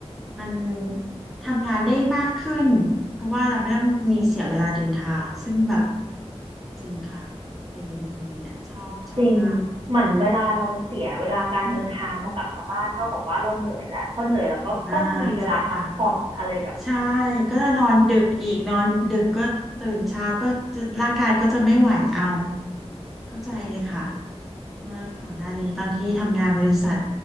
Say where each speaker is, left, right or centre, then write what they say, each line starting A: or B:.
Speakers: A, in the centre; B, on the right.
A: มันทำงานได้มากขึ้นเพราะว่าเราไม่ต้องมีเสียเวลาเดินทางซึ่งแบบจริงค่ะดีตรงนี้อะชอบชอบมาก
B: จริงเหมือนเวลาเราเสียเวลาการเดินทางพอกลับมาบ้านเท่ากับว่าเราเหนื่อยแล้วพอเหนื่อยเราก็ต้องมีเวลาพักผ่อนอะไรแบบเนี้ย
A: เหนื่อยมากใช่ค่ะ ใช่ก็จะนอนดึกอีกนอนดึกก็ตื่นเช้าก็จะร่างกายก็จะไม่ไหวเอาเข้าใจเลยค่ะว่าก่อนหน้านี้ตอนที่ทำงานบริษัท